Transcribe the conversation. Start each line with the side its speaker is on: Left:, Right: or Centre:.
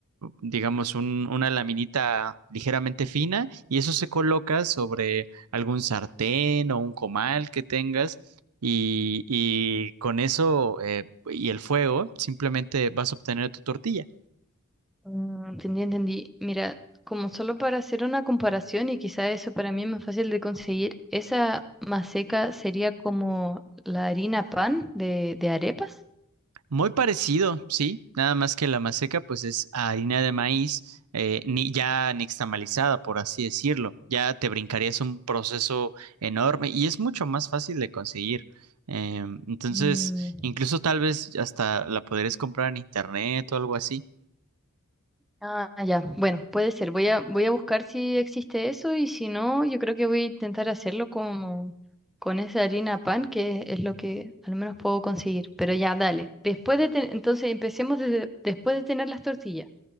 Right: digamos, un- una laminita ligeramente fina y eso se coloca sobre algún sartén o un comal que tengas y, y con eso eh, y el fuego simplemente vas a obtener tu tortilla.
Centre: Mm, Entendí, entendí. Mira, como solo para hacer una comparación y quizá eso para mí es más fácil de conseguir, esa maseca sería como la harina pan de, de arepas.
Right: Muy parecido, sí, nada más que la maseca pues es harina de maíz eh, ni, ya nixtamalizada, por así decirlo. Ya te brincarías un proceso enorme y es mucho más fácil de conseguir. Em, entonces,
Centre: Mm,
Right: incluso tal vez hasta la podrías comprar en internet o algo así.
Centre: Ah, ya. Bueno, puede ser. Voy a, voy a buscar si existe eso y si no, yo creo que voy a intentar hacerlo como con esa harina pan, que es lo que al menos puedo conseguir. Pero ya, dale. Después de ten- entonces empecemos desde, después de tener las tortillas.